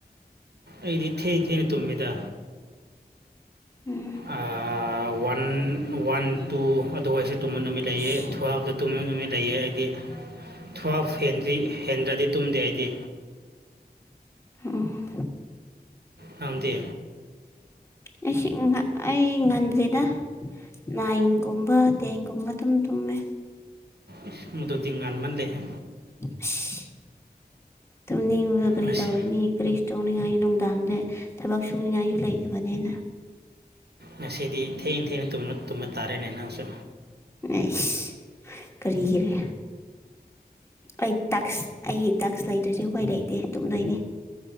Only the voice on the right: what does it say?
ꯑꯩꯗꯤ ꯊꯦꯡ ꯊꯦꯡꯅ ꯇꯨꯝꯃꯤꯗ
ꯑꯥ ꯋꯥꯟ ꯋꯥꯟ ꯇꯨ ꯑꯗꯨꯋꯥꯏꯁꯨ ꯇꯨꯝꯕ ꯅꯨꯃꯤꯠ ꯂꯩꯌꯦ
ꯊꯨꯍꯥꯞꯇ ꯇꯨꯝꯃ ꯅꯨꯃꯤꯠ ꯂꯩꯌꯦ ꯑꯩꯗꯤ ꯊꯨꯍꯥꯞ ꯍꯦꯟꯗ꯭ꯔꯤ ꯍꯦꯟꯗ꯭ꯔꯗꯤ ꯇꯨꯝꯗꯦ ꯑꯩꯗꯤ
ꯅꯪꯗꯤ
ꯏꯁ ꯃꯗꯨꯗꯤ ꯉꯟꯃꯟꯂꯦꯍꯦ
ꯉꯁꯤ
ꯉꯁꯤꯗꯤ ꯊꯦꯡ ꯊꯦꯡꯅ ꯇꯨꯝꯕ ꯇꯨꯝꯕ ꯇꯥꯔꯦꯅꯦ ꯅꯪꯁꯨ